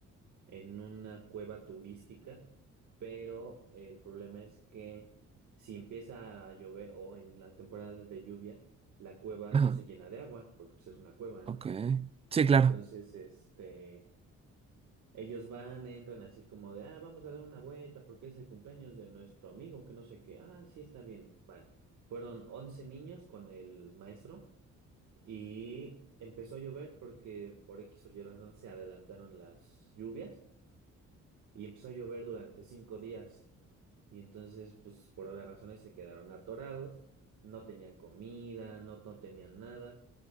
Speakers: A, on the right (about 70°); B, on the right (about 20°).
A: en una cueva turística, pero el problema es que si empieza a llover o en las temporadas de lluvia, la cueva
B: ajá
A: se llena de agua, porque pues, es una cueva,
B: ok.
A: ¿no?
B: Sí, claro.
A: Entonces, este Ellos van, entran así como de, ah, vamos a dar una vuelta porque es el cumpleaños de nuestro amigo, que no sé qué, ah, sí está bien, van. Fueron 11 niños con el maestro y empezó a llover porque por X o Y razón se adelantaron las lluvias y empezó a llover durante cinco días. Y entonces, pues por obvias razones se quedaron atorados, no tenían comida, no, no tenían nada.